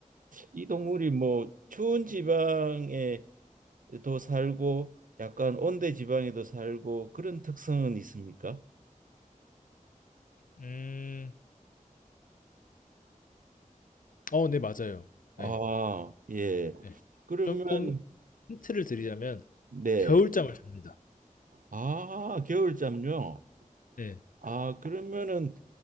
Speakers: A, on the right (about 75°); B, on the left (about 75°).
A: 이 동물이 뭐 추운 지방에도 살고 약간 온대 지방에도 살고 그런 특성은 있습니까?
B: 음, 어, 네 맞아요.
A: 아,
B: 네.
A: 예.
B: 네.
A: 그러면
B: 쪼끔 힌트를 드리자면
A: 네.
B: 겨울잠을 네. 잡니다.
A: 아, 겨울잠요.
B: 네.
A: 아, 그러면은